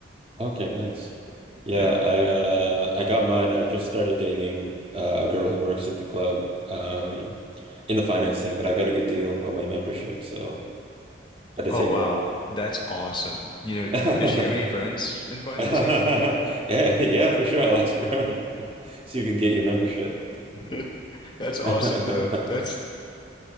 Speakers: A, on the right; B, on the left.
A: Okay, nice. Yeah,
B: Yeah.
A: I uh I got mine. I just started dating uh, a girl who works at the club um in the finance thing, but I got a good deal on my membership, so I had to
B: Oh,
A: take
B: wow.
A: her up.
B: That's awesome. You know,
A: <laughs>
B: does she have any friends in
A: <laughs>
B: financing?
A: Yeah, yeah, for sure. I'll ask around. <laughs> See if we can get you a membership.
B: <laughs> That's awesome
A: <laughs>
B: though. That's